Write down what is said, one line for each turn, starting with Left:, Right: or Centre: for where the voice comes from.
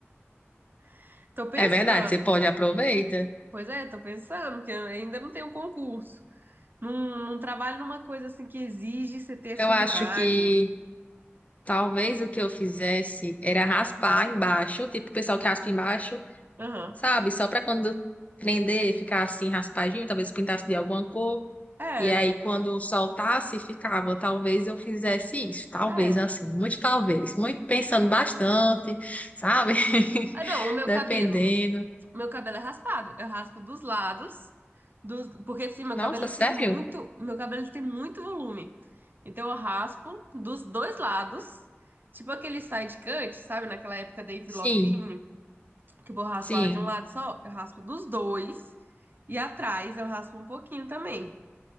Right: <laughs> Tô pensando.
Left: É verdade, você pode aproveita.
Right: Pois é, tô pensando que eu ainda não tenho concurso. Não, não trabalho numa coisa assim que exige você ter essa
Left: Eu acho
Right: imagem.
Left: que talvez o que eu fizesse era raspar embaixo, tipo o pessoal que raspa embaixo,
Right: Aham.
Left: sabe? Só para quando prender, ficar assim raspadinho, talvez pintasse de alguma cor.
Right: É,
Left: E aí quando soltasse, ficava. Talvez eu fizesse isso, talvez
Right: é.
Left: assim, muito talvez, muito pensando bastante, sabe? <laughs>
Right: Ah, não, o meu
Left: Dependendo.
Right: cabelo. Meu cabelo é raspado. Eu raspo dos lados, dos, porque assim, meu
Left: Nossa,
Right: cabelo ele
Left: sério?
Right: tem muito, meu cabelo ele tem muito volume. Então eu raspo dos dois lados, tipo aquele side cut, sabe? Naquela época da Avril
Left: Sim,
Right: Lavigne, que o povo raspava
Left: sim.
Right: de um lado só, eu raspo dos dois. E atrás eu raspo um pouquinho também.